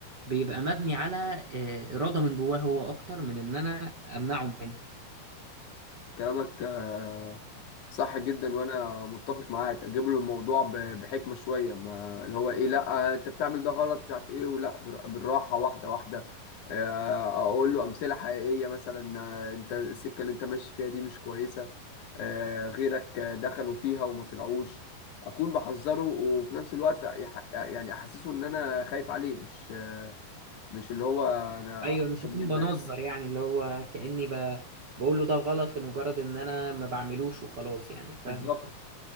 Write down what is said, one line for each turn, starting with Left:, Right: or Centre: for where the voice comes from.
Right: بيبقى مبني على آه، إرادة من جواه هو اكتر من ان انا امنعه منها
Left: كلامك آه، صح جدا وانا متفق معاك اجيب له الموضوع ب- بحكمه شويه ما اللي هو ايه لا آه، انت بتعمل ده غلط مش عارف ايه ولا بر- بالراحه واحده واحده آه، اقول له امثله حقيقيه مثلا آه، انت السكه اللي انت ماشي فيها دي مش كويسه آه، غيرك آه، دخلوا فيها وما طلعوش اكون بحذره وفي نفس الوقت يح- يعني احسسه ان انا خايف عليه مش آه، مش اللي هو انا
Right: ايوه
Left: احسن
Right: مش هكون
Left: منك
Right: بنظر يعني اللي هو كأني ب... بقول له ده غلط لمجرد ان انا ما بعملوش وخلاص يعني فاهمك
Left: بالظبط
Right: طبعا